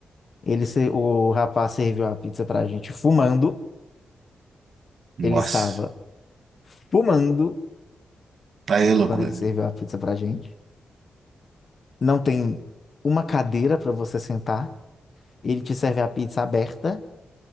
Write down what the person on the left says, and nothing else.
Ele, se- o rapaz serviu a pizza pra gente fumando.
Ele estava fumando
quando ele serviu a pizza pra gente. Não tem uma cadeira pra você sentar. Ele te serve a pizza aberta,